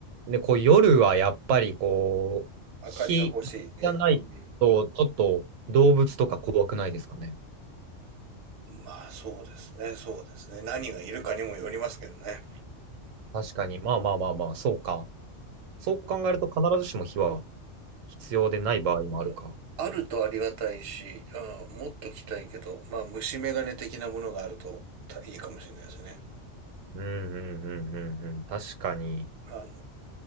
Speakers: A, on the right; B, on the right.
A: ね、こう夜はやっぱりこう、日がないと、
B: 明かりが欲しいね。うん。
A: ちょっと動物とか怖くないですかね。
B: まあそうですね、そうですね。何がいるかにもよりますけどね。
A: 確かに。まあまあまあまあ、そうか。そう考えると必ずしも火は必要でない場合もあるか。
B: そう。あるとありがたいし、うん、もっと来たいけど、まあ虫眼鏡的なものがあるとたいいかもしれないですね。
A: うんうんうんうんうん。確かに。
B: あの、